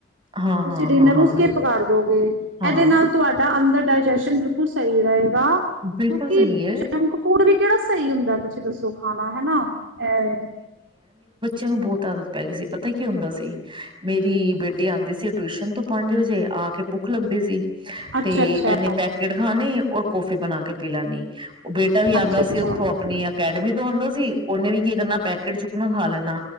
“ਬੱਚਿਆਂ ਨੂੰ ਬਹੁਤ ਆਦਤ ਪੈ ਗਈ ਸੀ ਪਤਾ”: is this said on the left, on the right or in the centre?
Right